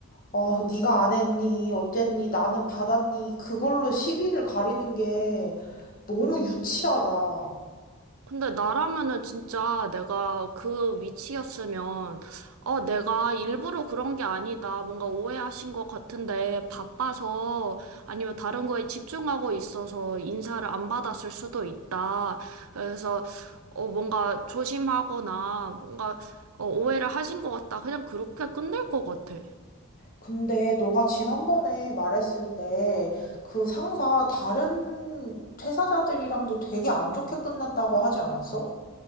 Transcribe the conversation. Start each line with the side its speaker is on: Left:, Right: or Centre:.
Left: 어, 네가 안 했니? 어쨌니? 나는 받았니? 그걸로 시비를 가리는 게 너무 유치하다.
Right: 근데 나라면은 진짜 내가 그 위치였으면, 어, 내가 일부러 그런 게 아니다. 뭔가 오해하신 것 같은데, 바빠서, 아니면 다른 거에 집중하고 있어서 인사를 안 받았을 수도 있다. 그래서, 어, 뭔가 조심하거나, 뭔가, 어, 오해를 하신 것 같다. 그냥 그렇게 끝낼 것 같아.
Left: 근데 너가 지난번에 말했을 때, 그 상사 다른 퇴사자들이랑도 되게 안 좋게 끝났다고 하지 않았어?